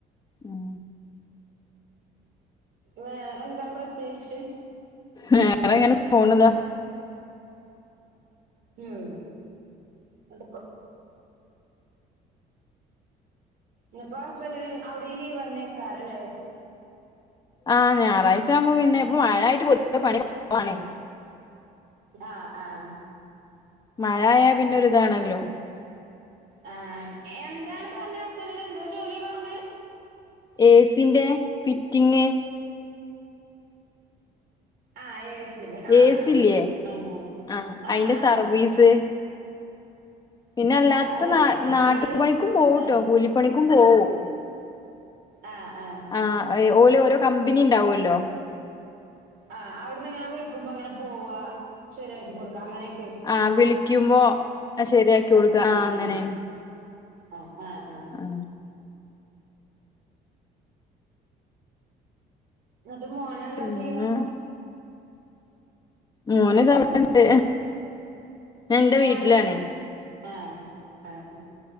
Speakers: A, on the left; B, on the right.
A: ഉം
B: വേറെന്താ പ്രത്യേകിച്ച്
A: വേറെ ഇങ്ങനെ പോണതാ
B: ഉം <unintelligible> ഇനിയിപ്പോ ഹസ്ബന്റിനും അവിടെയും ലീവ് വന്നേക്കാറല്ലേ
A: ആഹ് ഞായറാഴ്ച ആവുമ്പോ പിന്നെ ഇപ്പോ മഴയായിട്ട് പൊതുവെ പണി കുറവാണേ
B: ആഹ് ആഹ്
A: മഴ ആയാ പിന്നൊരു ഇതാണല്ലോ
B: ആഹ് എന്താണ് പറഞ്ഞത് ഹസ്ബന്‍ഡിന് എന്താ ജോലിയെന്നാ പറഞ്ഞത്
A: ഏസീന്റെ ഫിറ്റിംങ്ങ്
B: ആ ഏസീന്റെ ആ
A: ഏസി
B: ആ
A: ഇല്ലേ
B: അങ്ങനെ
A: ആഹ്
B: ആ
A: അയിന്റെ
B: ആ
A: സർവീസ് പിന്നെ അല്ലാത്ത
B: അത്
A: ന
B: കടയില്
A: നാട്ടുപണിക്കും പോവൂട്ടോ
B: ആഹ്
A: കൂലിപ്പണിക്കും പോവും
B: ആഹ് ആഹ്
A: ആ ഓലെ ഓരോ കമ്പനി ഇണ്ടാവല്ലോ
B: ആഹ് അവിടുന്ന് ഇങ്ങനെ വിളിക്കുമ്പോ അങ്ങനെ പോവാ ശരിയാക്കി കൊടുക്ക അങ്ങനയൊക്ക
A: ആഹ് വിളിക്കുമ്പോ ശരിയാക്കി കൊടുക്കാൻ
B: ഉം
A: ആ അങ്ങനെയാണ്
B: ഉം ആഹ് ആഹ് ആഹ്
A: ആ
B: എന്നിട്ട് മോന് എന്താ
A: പിന്നെ
B: ചെയ്യുണു
A: മോന് ഇതാ ഇവുടെ ഉണ്ട് ഞാൻ എന്റെ
B: മോനെന്ത്
A: വീട്ടിലാണ്
B: ആഹ് ആഹ്